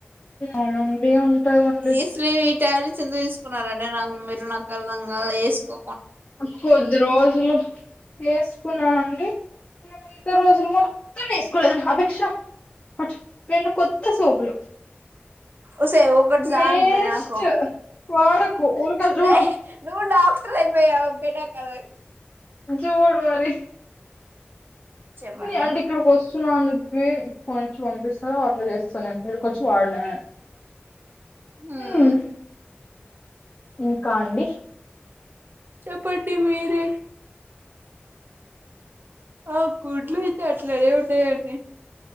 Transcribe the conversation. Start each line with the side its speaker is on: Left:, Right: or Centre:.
Left: అవునండి ఉంటదండి
Right: ఇస్వి విక్ ట్యాబ్లెట్స్ ఎందుకు తీసుకున్నారండి నాకు మీరు నాకు అర్ధం కాదు ఎసుకో
Left: <inaudible> ఇది రోజు వేసుకున్నానండి ఇంకా మిగతా రోజులు మోత్ తెమ్మేసుకోలేదా ఆపేక్ష పట్టు రెండు కొత్త సోపులు
Right: ఒసే ఒకటి చాలు
Left: వేస్ట్
Right: బే నాకు
Left: వాడకు ఊరికే చూడు
Right: బే నువ్వు డాక్టర్ అయిపోయావు <unintelligible>
Left: జూడు మరి
Right: చెప్పండి
Left: అంటే ఇక్కడికి వస్తున్నా అని చెప్పి ఫోన్ ఇచ్చి పంపిస్తార అట్లా చేస్తాను ఇడికి వచ్చి వాడినా
Right: మ్మ్
Left: ఉహ్ ఇంకా అండి
Right: చెప్పండి మీరే ఆ గుడ్లు అయితే అట్లనే ఉన్నాయండి